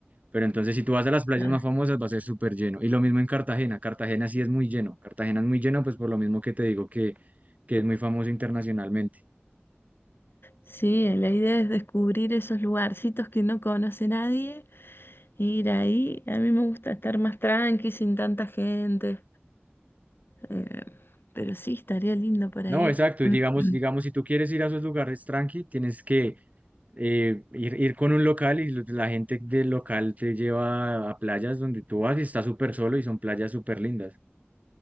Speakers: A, on the right; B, on the left.
A: Pero entonces si tú vas a las playas
B: claro.
A: más famosas va a ser súper lleno. Y lo mismo en Cartagena. Cartagena sí es muy lleno. Cartagena es muy lleno pues por lo mismo que te digo que, que es muy famoso internacionalmente.
B: Sí, la idea es descubrir esos lugarcitos que no conoce nadie, e ir ahí. A mí me gusta estar más tranqui, sin tanta gente. eh, pero sí, estaría lindo para
A: No,
B: ir.
A: exacto. Y
B: <clears throat>
A: digamos, digamos, si tú quieres ir a esos lugares tranqui, tienes que eh, ir, ir con un local y lo- la gente del local te lleva a playas donde tú vas y está súper solo y son playas súper lindas.